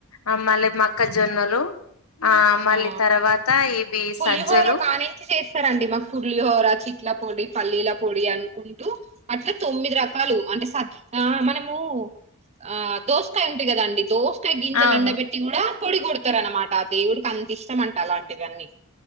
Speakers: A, on the left; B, on the right.
A: ఆ మల్లే మక్కజొన్నలు మళ్ళీ
B: ఆ
A: తర్వాత ఇవి
B: పులిహోర
A: సజ్జలు
B: కా నుంచి చేస్తారండి మాకు పుర్లిహోర చిట్ల పొడి పల్లీల పొడి అనుకుంటూ అట్లా తొమ్మిది రకాలు అంటే స ఆ మనము ఆ దోసకాయ ఉంది కదాండి దోసకాయ గింజలు
A: అవును
B: ఎండబెట్టి కూడా పొడి కొడతారు అనమాట ఆ దేవుడికి అంత ఇష్టం అంట అలాంటివి అన్ని